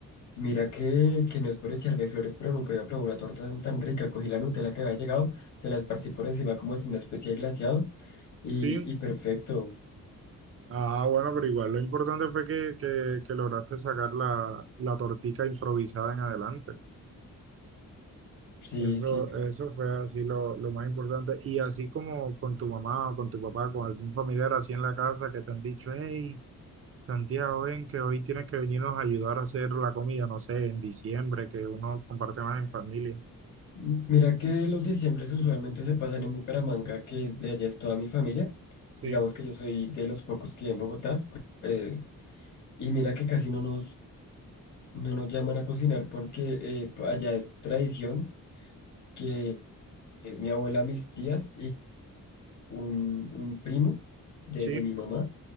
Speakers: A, on the left; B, on the right.
A: Mira que, que no es por echarme flores, pero nunca había probado una torta tan, tan rica. Cogí la Nutella que había llegado, se la esparcí por encima como es una especie de glaseado y,
B: sí.
A: y perfecto.
B: Ah, bueno, pero igual lo importante fue que, que, que lograste sacar la, la tortica improvisada en adelante.
A: Sí,
B: Eso,
A: sí.
B: eso fue así lo, lo más importante. Y así como con tu mamá o con tu papá, con algún familiar así en la casa que te han dicho, hey, Santiago, ven que hoy tienes que venirnos a ayudar a hacer la comida, no sé, en diciembre, que uno comparte más en familia.
A: M- Mira que los diciembres usualmente se pasan en Bucaramanga, que de allá es toda mi familia.
B: Sí,
A: Digamos que yo soy de los pocos que en Bogotá. eh, y mira que casi no nos, no nos llaman a cocinar porque eh, pa- allá es tradición que es mi abuela, mis tías un, un primo de,
B: sí,
A: de mi mamá,